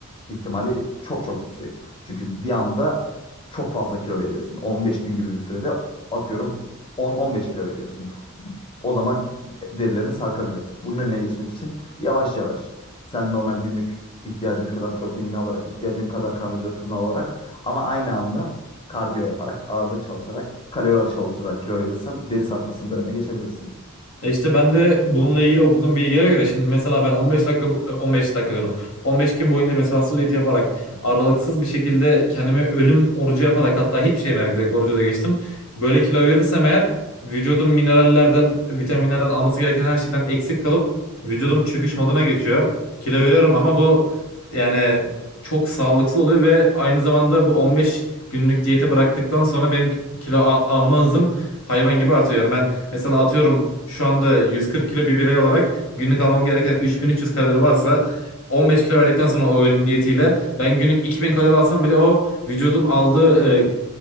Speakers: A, on the left; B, on the left.
A: ihtimali çok çok yüksek. Çünkü bir anda çok fazla kilo veriyorsun. 15 gün gibi bir sürede atıyorum 10-15 kilo veriyorsun. O zaman derilerin sarkabilir. Bunun önüne geçmek için yavaş yavaş sen normal günlük ihtiyacın kadar proteinini alarak, ihtiyacın kadar karbonhidratını alarak ama aynı anda kardiyo yaparak, ağırlık çalışarak, kalori çalışarak kilo verirsen deri sarkmasının da önüne geçebilirsin.
B: Ya işte ben de bununla ilgili okuduğum bilgilere göre şimdi mesela ben 15 dakika bu- 15 dakika diyorum. 15 gün boyunca mesela diyet yaparak aralıksız bir şekilde kendime ölüm orucu yaparak hatta hiçbir şey yemek direkt orucu da geçtim. Böyle kilo verirsem eğer vücudum minerallerden, vitaminlerden alması gereken her şeyden eksik kalıp vücudum çöküş moduna geçiyor. Kilo veriyorum ama bu yani çok sağlıksız oluyor ve aynı zamanda bu 15 günlük diyete bıraktıktan sonra benim kilo al- alma hızım hayvan gibi artıyor. Yani ben Mesela atıyorum şu anda 140 kilo bir birey olarak günlük almam gereken 3300 kalori varsa 15 kilo verdikten sonra o ölüm diyetiyle ben günlük 2000 kalori alsam bile o vücudum aldığı e,